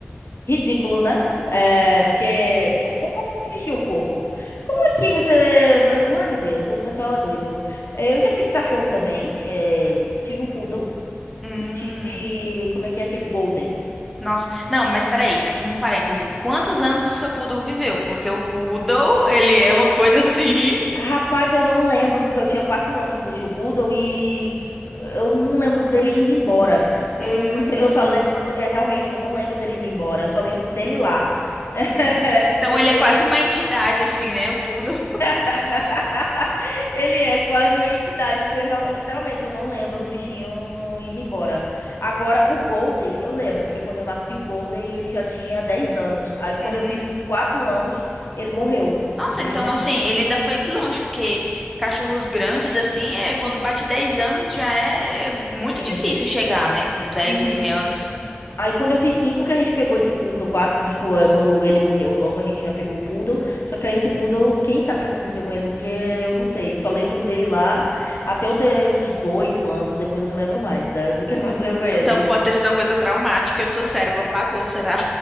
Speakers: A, on the left (about 75°); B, in the centre.
A: ridículo, né? É, porque. o- o- o Que bichinho fofo. Como é que você. Ai, meu Deus, o pessoal é doido. É, Eu já tive cachorro também. é, tive um poodle
B: Hum.
A: e tive. Como é que é aquele golden?
B: Nossa, não, mas peraí, um parêntese. Quantos anos o seu poodle viveu? Porque o poodle, ele é uma coisa assim.
A: Rapaz, eu não lembro, porque eu tinha quatro anos quando eu tinha o Poodle e eu não lembro dele indo embora. Eu,
B: Hum,
A: <laughs> eu só lembro, é, realmente, eu não lembro dele indo embora, eu só lembro dele lá. <laughs>
B: então
A: Ele,
B: ele é quase
A: ele...
B: uma entidade, assim, né? O poodle.
A: <laughs> ele é quase uma entidade, porque eu real- literalmente eu não lembro do bichinho indo embora. Agora, o Golden, eu lembro, porque quando eu nasci, o Golden, ele já tinha 10 anos. Aí, quando
B: Hum.
A: eu fiz uns quatro anos, ele morreu
B: Nossa,
A: de
B: então
A: velhice.
B: assim, ele ainda foi longe, porque cachorros grandes, assim, é, quando bate 10 anos já é muito
A: Sim.
B: difícil chegar, né? Com dez,
A: Uhum.
B: onze anos.
A: Aí quando eu fiz cinco que a gente pegou esse poodle, quatro, cinco, é, quando ele morreu, logo a gente já pegou o poodle. Só que aí esse poodle, quem sabe o que aconteceu com ele, porque eu não sei. Só lembro dele lá até eu ter uns oito anos, depois eu não lembro mais da- do que <laughs> aconteceu com ele.
B: Então pode ter sido uma coisa traumática, o seu cérebro apagou, será?